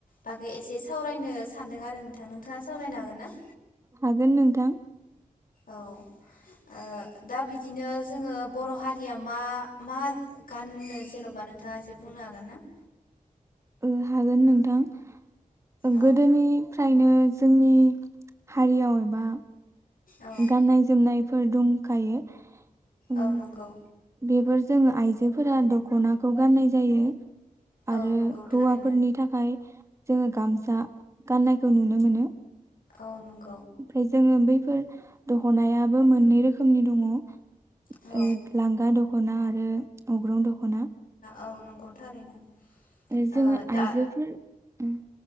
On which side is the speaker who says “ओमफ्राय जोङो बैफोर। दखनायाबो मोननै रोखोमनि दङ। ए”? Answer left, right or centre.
Right